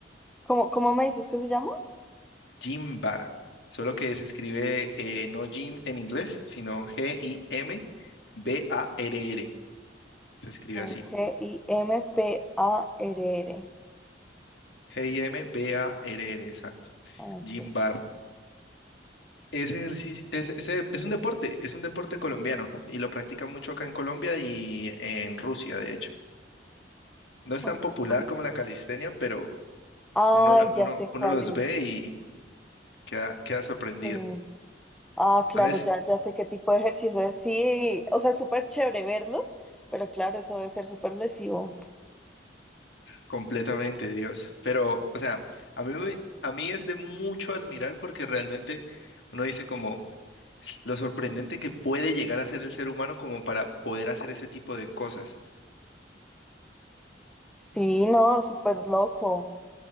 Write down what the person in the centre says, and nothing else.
¿Cómo, cómo me dices que se llama?
A
ver, G-I-M-P-A-R-R.
Ok.
Ok.
Ay,
ya sé cuál
es.
Sí. Ah, claro,
ya, ya sé qué tipo de ejercicio es. Sí, o sea, es súper chévere verlos, pero claro, eso debe ser súper lesivo.
Sí, no, súper loco.